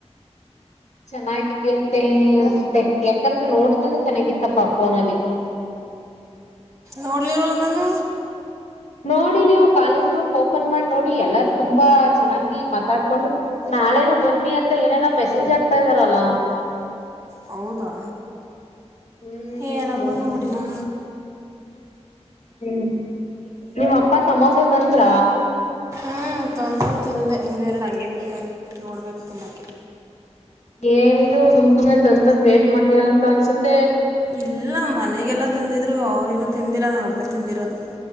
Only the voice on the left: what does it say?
ಚೆನ್ನಾಗಿದ ಅಂತೆ ಅನ್ಸುತ್ತೆ ಯಾಕಂದ್ರೆ ನೋಡುದನ ಚೆನ್ನಾಗಿತ್ತಪ್ಪಾ ಫೋನಲ್ಲಿ
ನೋಡಿ ನೀವು ಕಾಲೇಜ್ ಓಪನ್ ಮಾಡಿ ನೋಡಿ ಎಲ್ಲಾರು ತುಂಬಾ ಚೆನ್ನಾಗಿ ಮಾತಾಡ್ಕೊಂಡು ನಾಳೆನು ಬನ್ನಿ ಅಂತ ಏನೇನೋ ಮೆಸೇಜ್ ಆಗ್ತಾ ಇದಿದಾರಲ್ಲಾ
ಹ್ಮ್
ಹೌದು
ಹ್ಮ್ ನಿಮ್ಮ ಅಪ್ಪ ಸಮೋಸ ತಂದ್ರ
ಏನಿದು ಗುಮ್ ಸುಮ್ನೆ ಸಂದ್ ಸಂದ್ ವೇಸ್ಟ್ ಮಾಡ್್ದೀರಾ ಅಂತ ಅನ್ಸುತ್ತೆ